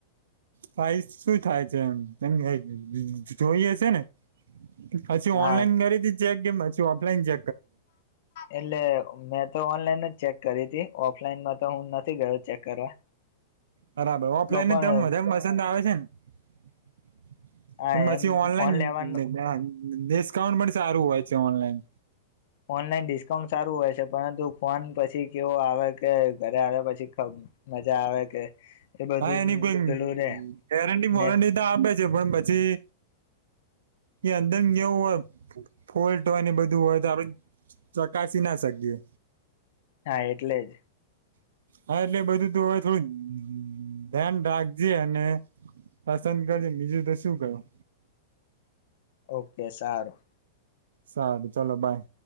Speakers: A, on the right; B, on the left.
A: પ્રાઇસ શું થાય છે એને જોઈએ છે ને. અછી
B: હા
A: ઓનલાઈન કરીથી ગમ ઓફલાન જ
B: એટલે મેં તો ઓનલાઈન જ ચેક કરી હતી ઓફલાઈન માં તો હું નથી ગયો ચેક કરવા.
A: બરાબર ઓફલાઈન
B: તો પણ
A: ને ત પસંદ આવે હજન <unintelligible>
B: આ
A: એ મછી
B: એમ
A: ઓનલાઈન
B: ફોન લેવાનું
A: લે ડિસ્કાઉન્ટ પણ સારું હોય છે ઓનલાઈન.
B: ઓનલાઈન ડિસ્કાઉન્ટ સારું હોય છે પરંતુ ફોન પછી કેવો આવે કે ઘરે આવે્યા પછી ખઉ મજા આવે કે. એ બધું
A: હા એની કોઈ
B: પેલું રે
A: ગેરંટી વોરંટી
B: ને
A: તો આપે છે પણ પછી એ અંદરમ વું ફોલ્ટ હોયને બધું હોય તો આપડ ચકાસી ના શકીએ.
B: હા એટલે જ.
A: હા એટલે બધું તો હવે થોડું ધ્યાન રાખજે અને, પસંદ કરજે બીજું તો શું કરું.
B: ઓકે સારું.
A: સારું ચલો બાય.